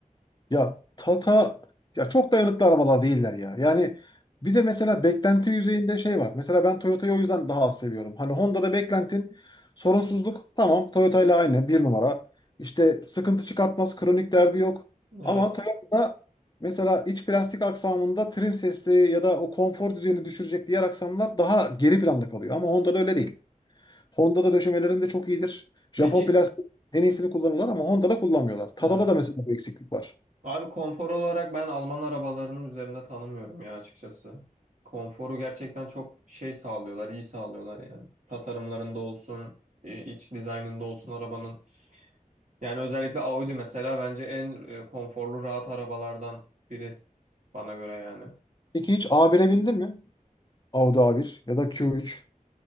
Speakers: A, on the left; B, on the right.
A: Ya Tata ya çok dayanıklı arabalar değiller ya. Yani bir de mesela beklenti yüzeyinde şey var. Mesela ben Toyota'yı o yüzden daha az seviyorum. Hani Honda'da beklentin sorunsuzluk tamam Toyota ile aynı bir numara. İşte sıkıntı çıkartmaz kronik derdi yok.
B: Evet.
A: Ama Toyota'da mesela iç plastik aksamında trim sesli ya da o konfor düzeyini düşürecek diğer aksamlar daha geri planda kalıyor. Ama Honda'da öyle değil. Honda'da döşemelerinde çok iyidir. Japon
B: Peki
A: plastik en iyisini kullanırlar ama Honda'da kullanmıyorlar. Tada'da
B: evet.
A: da mesela bu eksiklik var.
B: Abi konfor olarak ben Alman arabalarının üzerinde tanımıyorum ya açıkçası. Konforu gerçekten çok şey sağlıyorlar, iyi sağlıyorlar yani. Tasarımlarında olsun, e, iç dizaynında olsun arabanın. Yani özellikle Audi mesela bence en e, konforlu rahat arabalardan biri bana göre yani.
A: Peki hiç A1'e bindin mi? Audi A1 ya da Q3.